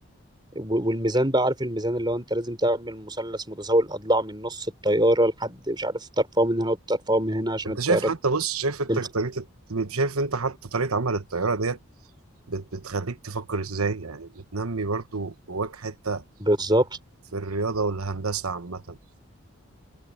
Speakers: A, on the right (about 20°); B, on the right (about 85°).
A: و- والميزان بقى عارف الميزان اللي هو انت لازم تعمل مثلث متساوي الاضلاع من نص الطياره لحد مش عارف ترفعه من هنا وترفعه من هنا عشان
B: انت
A: الطياره
B: شايف حتى بص شايف انت
A: تمشي
B: طريقة شايف انت حتى طريقة عمل الطيارة ديت بت- بتخليك تفكر ازاي يعني بتنمي برضو جواك حتة
A: بالظبط
B: في الرياضة والهندسة عامة